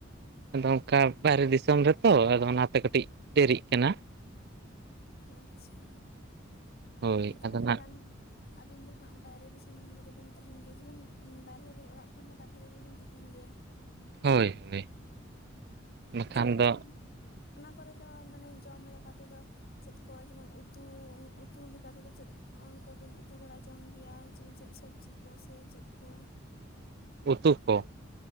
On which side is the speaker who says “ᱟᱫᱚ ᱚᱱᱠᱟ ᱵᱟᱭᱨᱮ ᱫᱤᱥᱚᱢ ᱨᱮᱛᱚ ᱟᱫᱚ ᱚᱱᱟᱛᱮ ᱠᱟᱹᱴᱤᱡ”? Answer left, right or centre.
Right